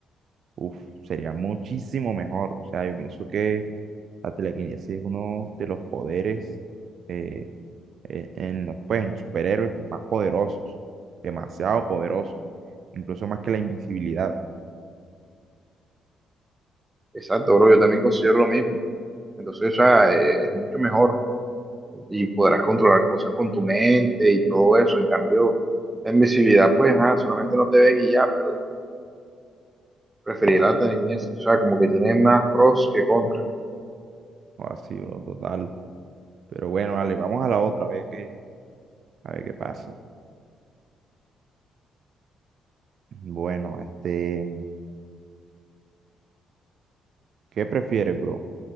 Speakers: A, on the right (about 60°); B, on the right (about 15°).
A: Uf, sería muchísimo mejor. O sea, yo pienso que la telequinesis es uno de los poderes eh, eh, en los, pues, en los superhéroes más poderosos, demasiado poderosos, incluso más que la invisibilidad.
B: Exacto, bro, yo también considero lo mismo. Entonces, o sea, eh, es mucho mejor y podrás controlar cosas con tu mente y todo eso. En cambio, la invisibilidad, pues, ah, solamente no te ven y ya, pero preferir la telequinesis. O sea, como que tiene más pros que contras.
A: O así, bro, total. Pero bueno, dale, vamos a la otra, a ver qué, a ver qué pasa. Bueno, este, ¿qué prefieres, bro?